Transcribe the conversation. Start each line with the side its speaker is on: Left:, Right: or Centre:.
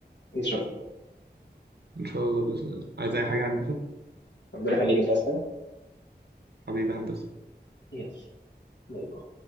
Left: ان شاء الله
Right: إن شاء الله بإذن الله عايز أي حاجة يا هندسة
Left: ربنا يخليك انت عايز حاجه
Right: حبيبي هندسة
Left: يلا باي باي